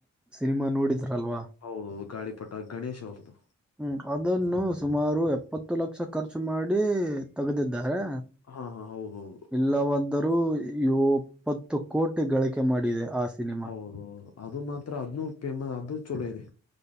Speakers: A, in the centre; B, on the left.
A: ಸಿನಿಮಾ ನೋಡಿದ್ರಲ್ವಾ.
B: ಹೌದೌದು ಗಾಳಿಪಟ ಗಣೇಶ್ ಅವ್ರದ್ದು.
A: ಹ್ಮ್ ಅದನ್ನು ಸುಮಾರು ಎಪ್ಪತ್ತು ಲಕ್ಷ ಖರ್ಚು ಮಾಡಿ ತಗದಿದ್ದಾರೆ.
B: ಹಾ ಹಾ ಹೌದೌದು.
A: ಇಲ್ಲವಾದರೂ ಎಪ್ಪತ್ತು ಕೋಟಿ ಗಳಿಕೆ ಮಾಡಿದೆ ಆ ಸಿನಿಮಾ.
B: ಹೌದೌದು ಅದು ಮಾತ್ರ ಅದನ್ನು ಪೇ ಅದು ಚಲೋ ಇದೆ